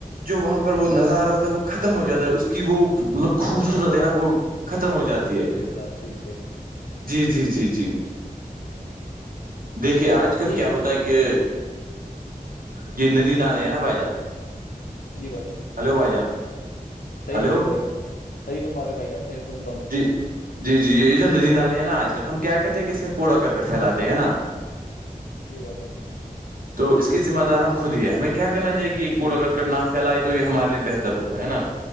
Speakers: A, on the right; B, on the left.
A: جو وہاں پر وہ نظارہ ہوتا ہے وہ ختم ہو جاتا ہے اس کی وہ مطلب
B: ختم
A: خوبصورت
B: ہو رہا پٹا
A: ہے نا وہ ختم ہو جاتی
B: پردوشت
A: ہے
B: ہو رہا اس چیز سے وہ
A: جی جی جی دیکھیے آج کل
B: یہی
A: کیا ہوتا
B: بہت
A: ہے کہ کہ یہ ندی نالے ہیں نا بھائی جان
B: جی بھائی جی
A: ہیلو بائی جان
B: صیح
A: ہلو
B: بول رہے ہو بائی صحی فرم رہ ہو بھائی جان صح سن رہا ہ میں
A: جی جی جی یہ جو ندی نالے ہیں نا آج کل ہم کیا کہتے ہیں کہ اس میں کوڑا کرک پھیلاتے ہے نا
B: جی بھائی جانت
A: تو اس کے ذمہ دار ہم خود ہی ہے ہمیں کیا کرنا چاہ گی یہ کوڑ
B: جی
A: اگر نا پھیلائے تو یہ ہمارے لی بہتر ہوگا ہے نا